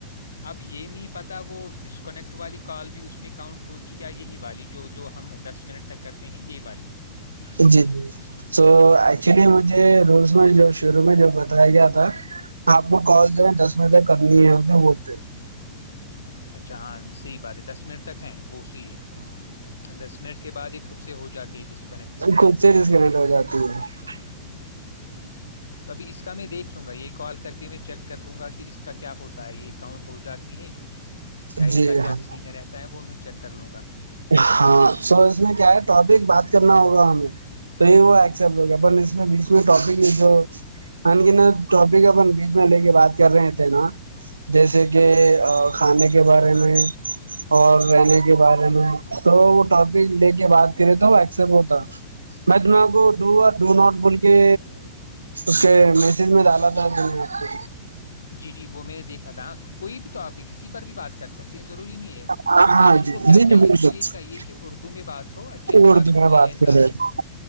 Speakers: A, on the left; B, on the right.
A: اب یہ نہیں پتا وہ ڈسکنیکٹ والی کال بھی اس میں کاؤنٹ ہوگی یہی والی جو جو ہم دس منٹ تک کرتے ہیں یہی والی
B: جی جی تو ایکچولی مجھے روز میں جو شروع میں جو بتایا گیا تھا آپ کو کال جو ہے دس بجے تک کرنی ہے کے بولتے ہیں
A: اچھا ہاں سی دس منٹ تک ہے وہ اسی ہے دس منٹ کے بعد ہی خود سے ہو جاتی ہے ڈسکنیکٹ پھ
B: خود سے ڈسکنیکٹ ہو جاتی ہے
A: تو ابھی اس کا میں دیکھ لوں گا یہ کال کر کے میں چیک کر لوں گا کہ اس کا کیا ہوتا ہے یہ اکاؤنٹ ہو جاتی ہیں یا
B: جی
A: اس کا
B: ہاں
A: کیا سین رہتا ہے وہ میں چیک کر لوں گا
B: ہاں سو اس میں کیا ہے ٹاپک بات کرنا ہوگا ہمیں تو یہ وہ ایکسپٹ ہوگیا اپ اس میں بیچ میں ٹاپک جو نا ٹاپک اپن بیچ میں لے کے بات کر رہے تھے نا جیسے کہ کھانے کے بعد تی میں اور
A: ہوں
B: رہنے کے بارے میں تو وہ ٹاپک لے کے بات کرے تو وہ ایکسپٹ ہوتا میں تم کو ڈ اور ڈ نٹ بول کے اس کے میسج میں ڈالا تھا نے آپ کو
A: جی جی وہ میں نے دیکھا تھا کوئی بھی ٹاپک کی پر بھی بات کر سکتے ہیں ضروری نہیں
B: کو
A: ہے
B: ہاں
A: بس ان
B: جی
A: کو کیا
B: جی
A: چاہیے
B: جی بالکل
A: ان کو یہ چاہیے کہ اردو میں بات ہو اچھے سے
B: اردو
A: بات ہو
B: میں
A: کوئی ایسا
B: کر رہے